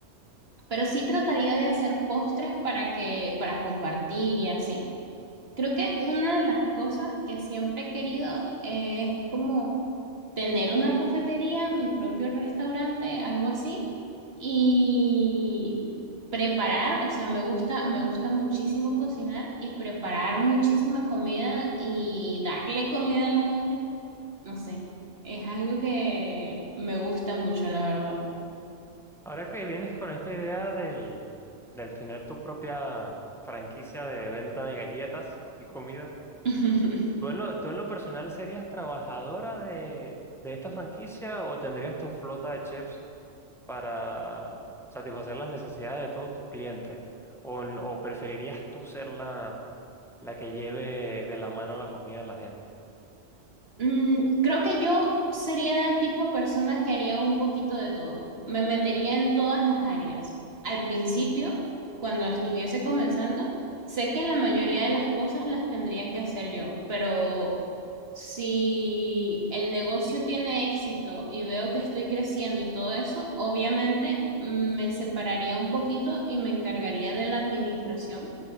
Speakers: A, on the right; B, in the centre.
A: pero sí trataría de hacer postres para que, para compartir y así. Creo que una de las cosas que siempre he querido eh, es como tener una cafetería, mi propio restaurante, algo así, y preparar, o sea, me gusta, me gusta muchísimo cocinar y preparar muchísima comida y darle comida a la gente, no sé, es algo que me gusta mucho, la verdad.
B: Ahora que vienes con esta idea del, del tener tu propia franquicia de venta de galletas y comida
A: <laughs>
B: ¿Tú en lo, tú en lo personal serías trabajadora de, de esta franquicia o tendrías tu flota de chefs para satisfacer las necesidades de todos tus clientes? ¿O, en- o preferirías tú ser la, la que lleve de la mano la comida a la gente?
A: Mm, creo que yo sería del tipo de persona que haría un poquito de todo. Me metería en todas las áreas. Al principio, cuando estuviese comenzando, sé que la mayoría de las cosas las tendría que hacer yo, pero si el negocio tiene éxito y veo que estoy creciendo y todo eso, obviamente mm, me separaría un poquito y me encargaría de la administración,